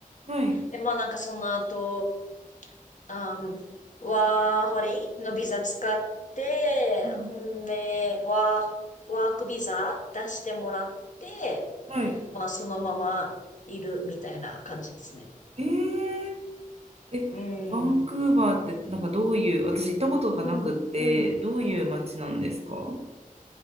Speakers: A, on the right; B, on the left.
A: ん。はい。
B: で、まあなんかその後、あん、ワーホリのビザ使って、
A: うん
B: んで、ワー、ワークビザ出してもらって、
A: はい。
B: まあ、そのままいるみたいな感じですね。
A: えー、え、
B: うん。
A: バンクーバーって、なんかどういう、私行ったことがなくって、
B: うん。うん。うん。
A: どういう街なんですかは